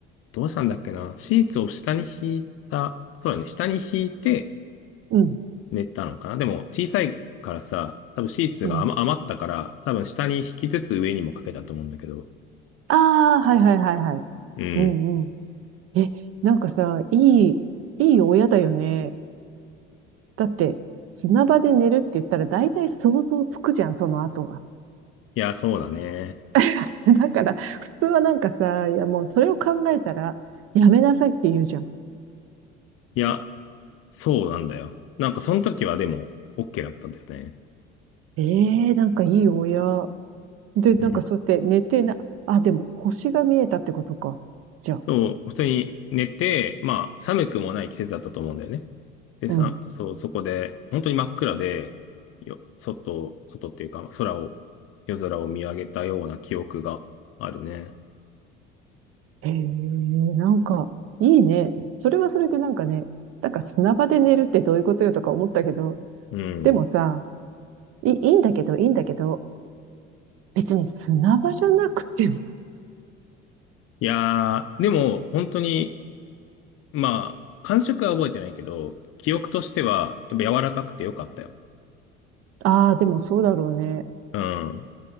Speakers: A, on the left; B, on the right.
A: どうしたんだっけなシーツを下に引いた、そうだね、下に引いて
B: うん。
A: 寝たのかなでも小さいからさ、多分シーツが余余ったから、
B: うん
A: 多分下に引きつつ上にもかけたと思うんだけど。
B: ああ、はいはいはいはい。
A: うん。
B: うんうん。え、なんかさ、いい、いい親だよね。だって、砂場で寝るって言ったら大体想像つくじゃん、その後が。
A: いや、そうだね。
B: <laughs> だから、普通はなんかさ、いやもうそれを考えたら、やめなさいって言うじゃん。
A: いや、そうなんだよ。なんかその時はでも、OK だったんだよね。
B: ええなんかいい親。で、なんかそうやって寝てな、
A: うん
B: あ、でも星が見えたってことか。じゃあ、
A: そう、普通に寝て、まあ、寒くもない季節だったと思うんだよね。で、さ、
B: うん。
A: そう、そこで、本当に真っ暗で、よ、外、外っていうか、まあ空を、夜空を見上げたような記憶があるね。
B: へえなんか、いいね。それはそれでなんかね、なんか砂場で寝るってどういうことよとか思ったけど、
A: うん。
B: でもさ、い、いいんだけど、いいんだけど、別に砂場じゃなくても。
A: いやー、でも、本当に、まあ、感触は覚えてないけど、記憶としては、やっぱ柔らかくてよかったよ。
B: ああ、でもそうだろうね。
A: うん。